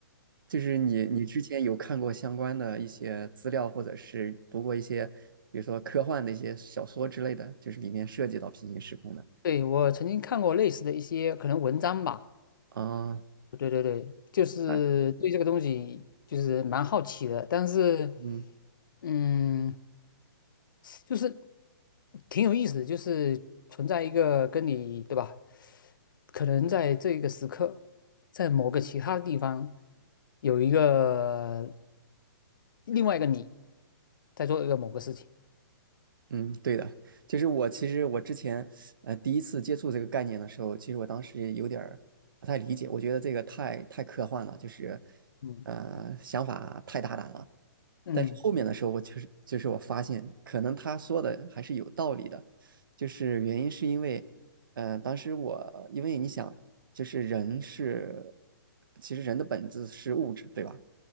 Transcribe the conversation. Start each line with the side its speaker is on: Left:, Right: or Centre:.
Right: 就是你，你之前有看过相关的一些资料，或者是读过一些，比如说科幻的一些小说之类的，就是里面涉及到平行时空的
Left: 对，我曾经看过类似的一些可能文章吧，
Right: 啊。
Left: 对对对，就是对这个东西就是蛮好奇的，
Right: 那
Left: 但是
Right: 嗯，
Left: 嗯，就是挺有意思的就是存在一个跟你对吧，可能在这个时刻，在某个其他地方有一个另外一个你在做一个某个事情，
Right: 嗯，对的，就是我其实我之前呃第一次接触这个概念的时候，其实我当时也有点儿不太理解，我觉得这个太太科幻了，就是
Left: 嗯
Right: 呃想法太大胆了。
Left: 嗯
Right: 但是后面的时候，我就是就是我发现，可能他说的还是有道理的，就是原因是因为，呃，当时我因为你想，就是人是其实人的本质是物质，对吧？